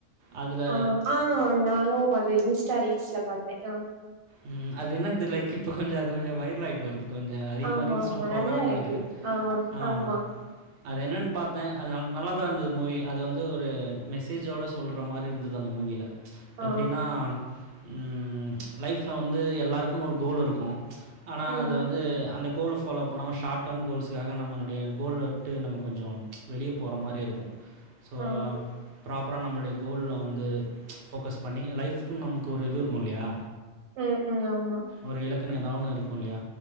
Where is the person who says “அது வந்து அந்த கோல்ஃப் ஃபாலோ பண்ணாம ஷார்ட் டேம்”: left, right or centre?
Right